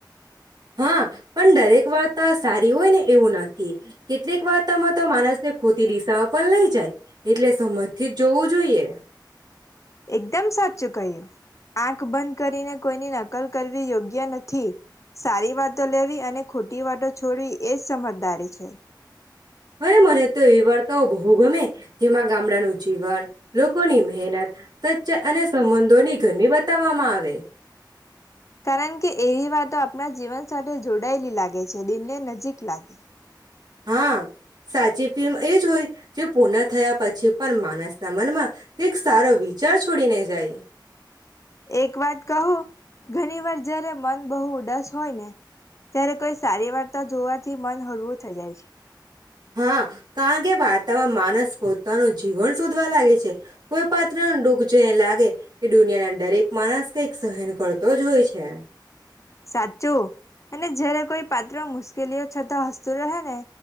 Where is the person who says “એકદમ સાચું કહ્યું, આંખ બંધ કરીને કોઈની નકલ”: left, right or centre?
Left